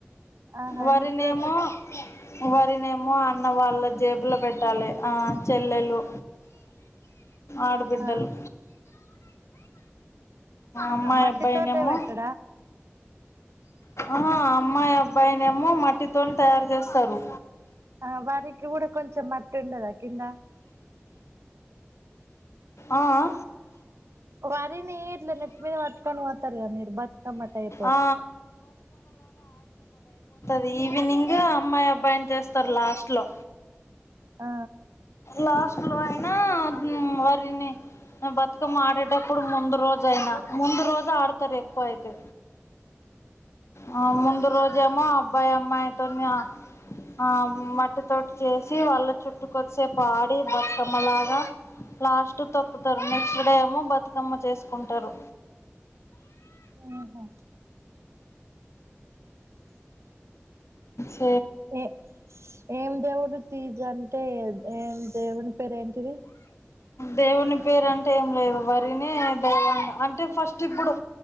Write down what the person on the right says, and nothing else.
ఆహా
ఎందుకు దొక్కుత్
ఆ ఆహా
మట్టితోటే
వెట్ ర
ఆ వరికి గూడా కొంచం మ టుండదా కింద
వరిని ఇట్ల నెత్తి మీద పట్టుకొని పోతారు కదా బతుకమ్మ టైపు
ఆ
ఉహు
ఏ ఏం దేవుడు తీజ అంటే ఏం దేవుడి పేరేంటిది